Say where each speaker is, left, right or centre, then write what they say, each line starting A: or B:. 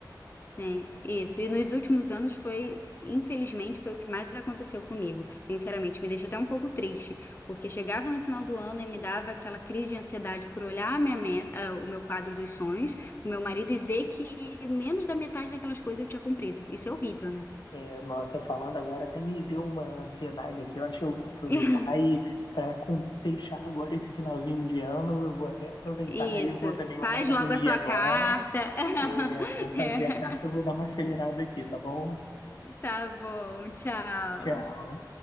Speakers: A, on the left (about 30°); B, on the left (about 85°).
A: sim, isso. E nos últimos anos foi, infelizmente, foi o que mais aconteceu comigo. Sinceramente, me deixa até um pouco triste, porque chegava no final do ano e me dava aquela crise de ansiedade por olhar a minha meta, ah, o meu quadro dos sonhos com meu marido e ver que menos da metade daquelas coisas eu tinha cumprido. Isso é horrível, né?
B: É, Nossa, falando agora até me deu uma ansiedade aqui. Eu acho que eu vou aproveitar
A: <laughs>
B: e para fechar agora esse finalzinho de ano, eu vou até aproveitar
A: Isso.
B: e eu vou também lá
A: Faz
B: na academia
A: logo a sua
B: agora.
A: carta. <laughs>
B: É, vou fazer
A: É.
B: a carta, vou dar uma acelerada aqui, tá bom?
A: Tá bom, tchau.
B: Tchau.